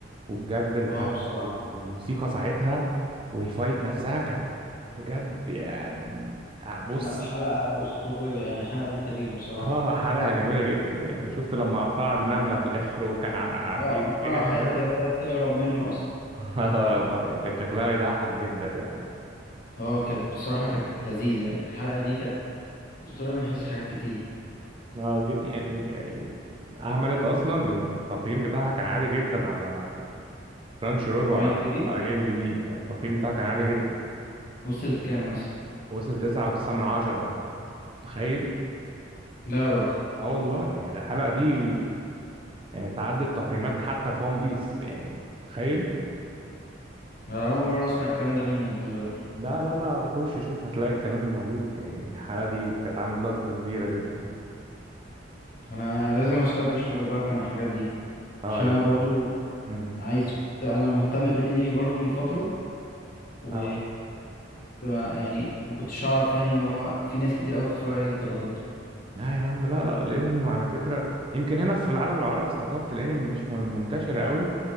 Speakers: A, on the right (about 30°); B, on the left (about 50°).
A: وبجد الحبس
B: اه بصراحه
A: وال- والموسيقى ساعتها والفايت نفسها كانت بجد يعني آه، بص
B: لا حلقه اسطوريه يعني حلقه للتاريخ بصراحه
A: اه حلقة جميلة جدا يعني شفت لما قطع النملة في الآخر وكان عم ع-
B: اه
A: بيج-
B: قطعها
A: بيجري
B: حتت
A: في اليارا
B: هي
A: وكده
B: بتاعت تهرب منه اصلا
A: <laughs> اه ما- يعني كان شكلها يضحك جدا يعني
B: اه كانت بصراحه كانت لذيذه يعني الحلقه دي كانت اسطوريه من حيث حاجات كتير
A: ما جد يعني يعني عملت أصلا التقييم بتاعها كان عالي جدا على رانش رول وعلى
B: اي ام دي بي
A: اي ام دي بي يعني التقييم بتاعها كان عالي جدا
B: وصل كام مثلا
A: وصل تسعة وتسعة من عشرة تخيل
B: لا يا راجل
A: اه والله يعني الحلقة دي يعني تعدت تقييمات حتى في ون بيس يعني تخيل
B: أنا أول مرة أسمع الكلام ده منك دلوقتي
A: لا لا لا خش شوف هتلاقي الكلام ده موجود يعني الحلقة دي كانت عاملة ضجة كبيرة جدا
B: أنا لازم أسرش خلي بالك عن الحاجات دي
A: اه
B: عشان
A: لا
B: أنا برضو
A: امم
B: عايز كنت أنا مهتم بالأنمي برضو من فترة و
A: اه
B: ما- يعني ما كنتش أعرف يعني إن هو في ناس كتير أوي بتتفرج عليه للدرجة دي
A: لا يا عم لا لا الانمي على فكرة يمكن هنا في العالم العربي ثقافة الانمي مش من- منتشرة قوي